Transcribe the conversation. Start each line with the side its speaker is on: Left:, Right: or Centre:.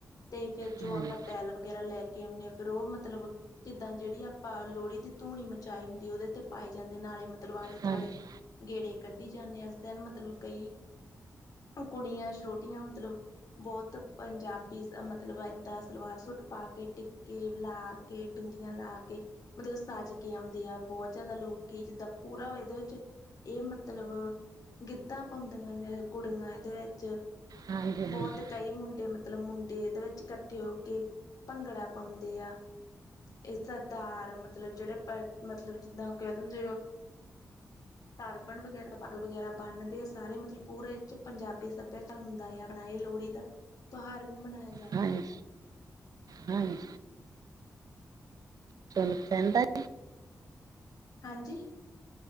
Left: ਤੇ ਫੇਰ ਜੋ
Right: ਹਾਂਜੀ
Left: ਆਪਾਂ
Right: ਹਾਂਜੀ
Left: ਤੈਲ ਵਗੈਰਾ ਲੈ ਕੇ ਆਉਨੇ ਆਂ ਫੇਰ ਓ ਮਤਲਬ ਜਿੱਦਾਂ ਜੇੜੀ ਆਪਾਂ ਲੌੜੀ ਦੀ ਧੂਣੀ ਮਚਾਈ ਹੁੰਦੀ ਓਦੇ ਤੇ ਪਾਏ ਜਾਂਦੇ ਨਾਲੇ ਤਲਬ ਆਲੇ-ਦਵਾਲੇ
Right: ਹਾਂਜੀ
Left: ਗੇੜੇ ਕੱਢੀ ਜਾਨੇ ਆਂ, ਇਸ ਦਿਨ ਮਤਲਬ ਕਈ ਕੁੜੀਆਂ ਸ਼ੋਟੀਆਂ ਮਤਲਬ ਬੋਤ ਪੰਜਾਬੀ ਸ ਮਤਲਬ ਏਦਾਂ ਸਲਵਾਰ-ਸੂਟ ਪਾ ਕੇ ਟਿੱਕੇ ਲਾ ਕੇ, ਬਿੰਦੀਆਂ ਲਾ ਕੇ ਮਤਲਬ ਸਜ ਕੇ ਔਂਦੀਆਂ ਬੋਤ ਜ਼ਿਆਦਾ ਲੋਕੀਂ ਜਿੱਦਾਂ ਪੂਰਾ ਏਦੇ ਵਿੱਚ ਏ ਮਤਲਬ ਗਿੱਧਾ ਪੋਂਦੀਆਂ ਨੇ ਕੁੜੀਆਂ ਏਦੇ ਵਿੱਚ
Right: ਹਾਂਜੀ ਹਾਂਜੀ
Left: ਬੋਤ ਕਈ ਮੁੰਡੇ ਮਤ ਮਤਲਬ ਮੁੰਡੇ ਏਦੇ ਵਿੱਚ ਕੱਠੇ ਹੋ ਕੇ ਭੰਗੜਾ ਪੌਂਦੇ ਆ ਏ ਸਦਾਰ ਮਤਲਬ ਜਿਹੜੇ ਪੈ ਮਤਲਬ ਜਿੱਦਾਂ ਕੈ ਦਿੰਦੇ ਆ ਟਰਬਣ ਵਗੈਰਾ ਪੱਗ ਵਗੈਰਾ ਬੰਨਦੇ ਆ ਸਾਰੇ ਮਤਲਬ ਪੂਰੇ ਏ 'ਚ ਪੰਜਾਬੀ ਸੱਭਿਆਚਾਰ ਤਿਉਹਾਰ ਹੁੰਦਾ ਆ ਆਪਣਾ, ਏ ਲੋਹੜੀ ਦਾ ਤਿਉਹਾਰ ਵੀ ਮਨਾਇਆ ਜਾਂਦਾ
Right: ਹਾਂਜੀ, ਹਾਂਜੀ। <unintelligible>
Left: ਹਾਂਜੀ?